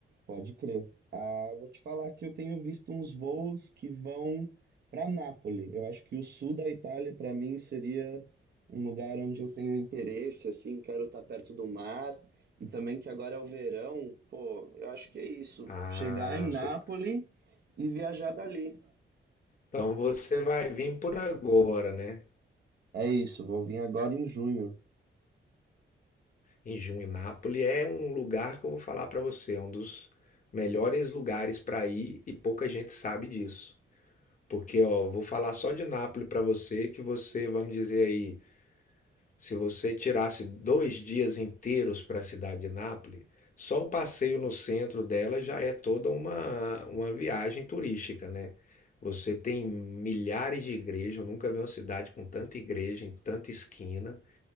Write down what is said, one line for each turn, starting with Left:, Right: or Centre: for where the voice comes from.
Right: Pode crer. Ah, vou te falar que eu tenho visto uns voos que vão para Nápoles. Eu acho que o sul da Itália, para mim, seria um lugar onde eu tenho interesse, assim, quero estar perto do mar. E também que agora é o verão, pô, eu acho que é isso.
Left: Ah,
Right: Chegar em Nápoles
Left: você-
Right: e viajar dali.
Left: então você vai vir por agora, né?
Right: É isso, vou vir agora em junho,
Left: em Juinápolis é um lugar que eu vou falar para você, é um dos melhores lugares para ir e pouca gente sabe disso. Porque, ó, eu vou falar só de Nápoles para você, que você, vamos dizer aí, se você tirasse dois dias inteiros para a cidade de Nápoles, só o passeio no centro dela já é toda uma, uma viagem turística, né? Você tem milhares de igrejas, eu nunca vi uma cidade com tanta igreja em tanta esquina.